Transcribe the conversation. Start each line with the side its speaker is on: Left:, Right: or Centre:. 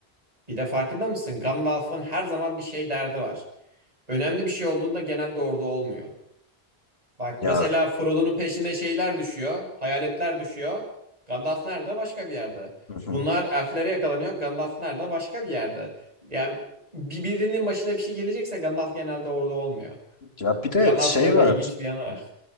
Right: Bir de farkında mısın? Gandalf'ın her zaman bir şey derdi var. Önemli bir şey olduğunda genelde orada olmuyor. Bak
Left: Ya,
Right: mesela Frodo'nun peşine şeyler düşüyor. Hayaletler düşüyor. Gandalf nerede? Başka bir yerde.
Left: hı hı.
Right: Bunlar elflere yakalanıyor. Gandalf nerede? Başka bir yerde. Yani bir- birinin başına bir şey gelecekse Gandalf genelde orada olmuyor.
Left: Ya bir de
Right: Gandalf'ın
Left: şey
Right: öyle
Left: var.
Right: ilginç bir yanı var.